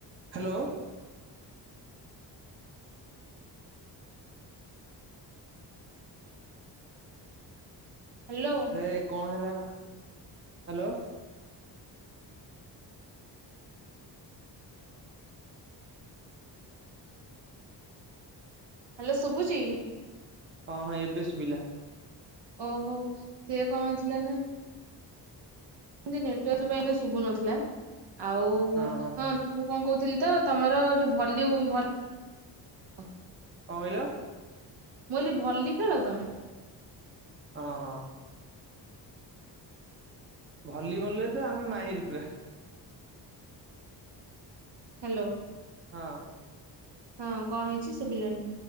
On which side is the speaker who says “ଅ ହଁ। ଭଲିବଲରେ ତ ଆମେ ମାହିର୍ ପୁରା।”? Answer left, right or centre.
Right